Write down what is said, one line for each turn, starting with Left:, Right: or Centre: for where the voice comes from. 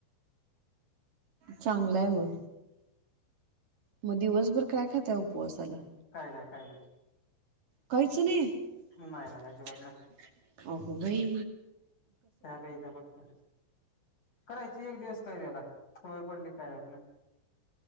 Right: चांगलंय मग मग दिवसभर काय खाताय उपवासाला?
Left: का नाही काही नाही
Right: कायचं नाही
Left: नाही
Right: <unintelligible>
Left: नाही अजिबात नाही
Right: अघोबाई!
Left: चहा प्यायचं फक्त, करायच एक दिवस काय त्याला सवय पडली काय वात नाही.